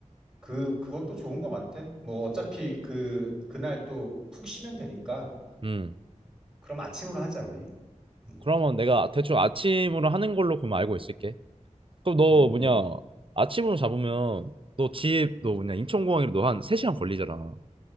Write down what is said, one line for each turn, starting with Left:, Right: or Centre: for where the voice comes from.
Centre: 그, 그것도 좋은 것 같아. 뭐 어차피 그, 그날 또 푹 쉬면 되니까.
Right: 음.
Centre: 그럼 아침으로 하자, 우리. 음,
Right: 그러면 내가 대충 아침으로 하는 걸로 그럼 알고 있을게. 그럼 너
Centre: 음,
Right: 뭐냐
Centre: 음.
Right: 아침으로 잡으면 너 집 너 뭐냐 인천공항이라 너한 3시간 걸리잖아